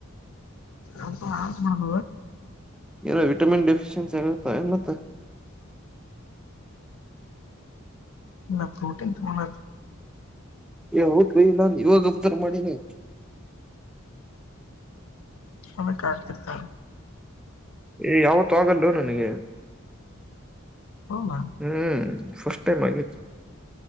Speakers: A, on the left (about 80°); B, in the centre.
A: ಅ ಆ ನಾನ
B: ಏನೋ ವಿಟಮಿನ್ ಡಿಫಿಶಿಯನ್ಸಿ ಆಗುತ್ತ ಮತ್ತ
A: ನ ಪ್ರೋಟೀನ್ ತ ಬನ
B: ಹೌದು ಭೈ ನನ್ು ಇವಾಗ ಮ
A: ಅ ಕಡ್ತಿತ
B: ಏ ಯಾವತ್ತುೂ ಆಗಲ್ಲ ನನಗೆ
A: ಹೌದಾ
B: ಹ್ಮ್ ಫಸ್ಟ್ ಟೈಮ್ ಆಗಿತ್ತು